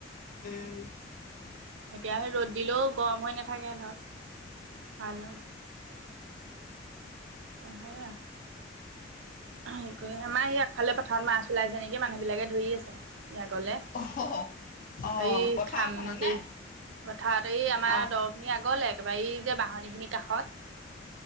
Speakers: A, on the left; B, on the right.
A: উম।
B: এতিয়া সেই ৰ'দ দিলেও গৰম হৈ নাথাকে ধৰক, ভাল হয়। অ', সেইয়া। হেৰি কৰি, আমাৰ সেই আগফালে পথাৰত মাছ ওলাইছে নেকি, মানুহবিলাকে ধৰি আছে। য়া গ'লে এই
A: অ অ পথাৰখনত
B: খামটি
A: নে
B: পথাৰত, এই আমাৰ
A: অ
B: দ খিনিৰ আগলে। একেবাৰে এই যে বাঁহনিখিনিৰ কাষত।